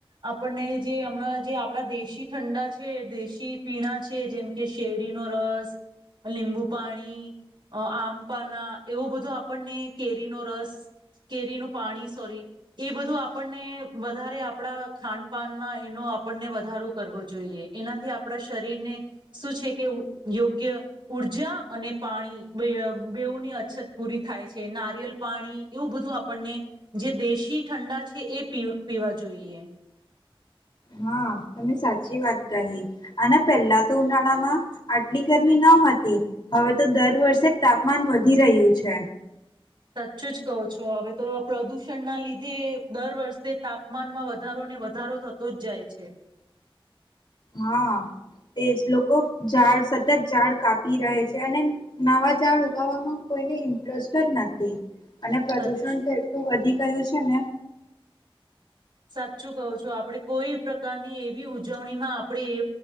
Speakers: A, on the right; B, on the left.
A: આપણને જે હમણાં જે આપડા દેશી ઠંડા છે દેશી પીણા છે જેમ કે શેરડીનો રસ લીંબુ પાણી અ આમ પન એવો બધું આપણને કેરીનો રસ કેરીનું પાણી સોરી એ બધું આપણને વધારે આપણા ખાનપાનમાં એનો આપણને વધારો કરવો જોઈએ એનાથી આપણા શરીરને શું છે કે યોગ્ય ઊર્જા અને પાણી બેઅ બેઉ ની અછત પૂરી થાય છે નારિયલ પાણી એવું બધું આપણને જે દેશી ઠંડા છે એ પી પીવા જોઈએ.
B: હા તમે સાચી વાત કહી આના પહેલા તો ઉનાળામાં આટલી ગરમી ન હતી હવે તો દર વર્ષે તાપમાન વધી રહ્યું છે.
A: સાચચું જ કહો છો હવે તો પ્રદૂષણના લીધે દર વર્ષે તાપમાનમાં વધારો ને વધારો થતો જ જાય છે.
B: હા તેજ લોકો ઝાડ સતત ઝાડ કાપી રહે છે અને નવા ઝાડ ઉગાવામાં કોઈને ઇન્ટરેસ્ટ જ નથી. અને પ્રદુષણ
A: સચ
B: તો એટલું વધ ઈ કયું છે ને.
A: સાચું કહો છો આપડણે કોઈ પ્રકારની એવી ઉજવણીમાં આપણે એ